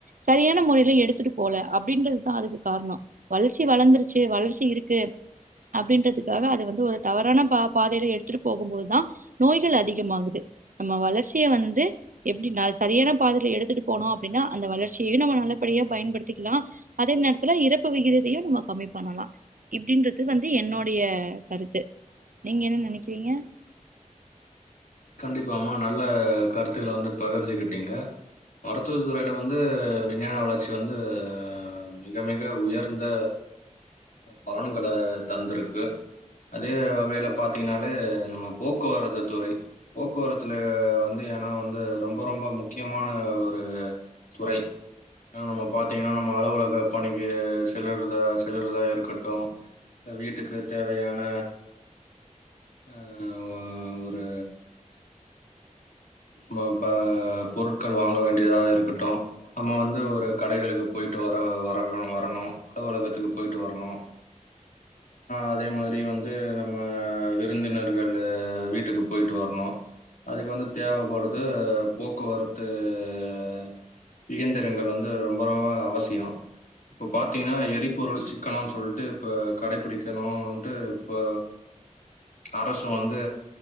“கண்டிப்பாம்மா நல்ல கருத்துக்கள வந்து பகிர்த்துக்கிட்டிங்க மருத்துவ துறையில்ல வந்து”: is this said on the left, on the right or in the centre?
Left